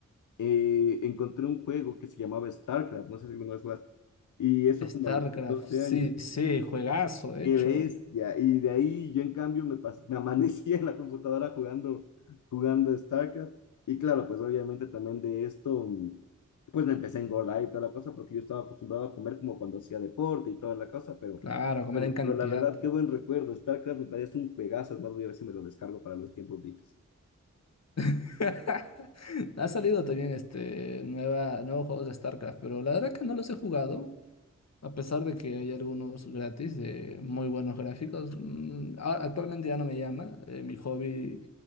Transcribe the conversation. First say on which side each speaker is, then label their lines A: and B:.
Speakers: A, on the left; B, on the left.
A: eh, encontré un juego que se llamaba StarCraft, no sé si alguna vez jugaste, y eso
B: StarCraft,
A: como a los 14
B: sí,
A: años.
B: sí, juegazo, de
A: Qué
B: hecho.
A: bestia. Y de ahí yo en cambio me, pas- me amanecía en la computadora jugando, jugando StarCraft. Y claro, pues obviamente también de esto, mm, pues me empecé a engordar y toda la cosa, porque yo estaba acostumbrado a comer como cuando hacía deporte y toda la cosa, pero
B: Claro, comer
A: bueno,
B: en cantidad.
A: pero la verdad, qué buen recuerdo. StarCraft me parece un juegazo, es más, voy a ver si me lo descargo para los tiempos libres.
B: <laughs> Ha salido también este nueva, nuevos juegos de StarCraft, pero la verdad que no los he jugado, a pesar de que hay algunos gratis de muy buenos gráficos. Mm, a- Actualmente ya no me llama. eh, mi hobby